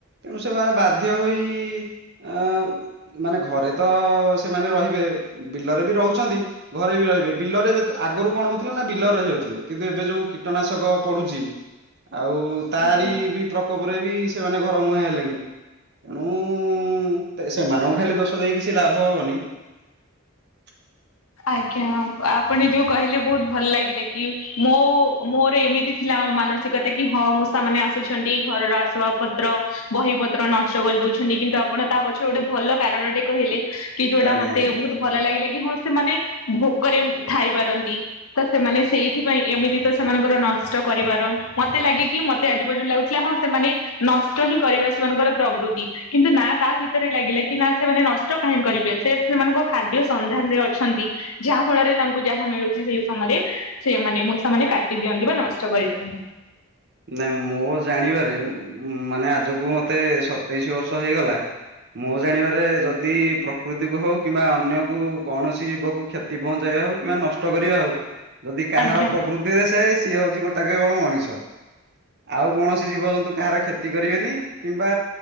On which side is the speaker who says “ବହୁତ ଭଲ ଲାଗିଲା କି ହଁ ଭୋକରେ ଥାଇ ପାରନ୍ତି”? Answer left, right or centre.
Left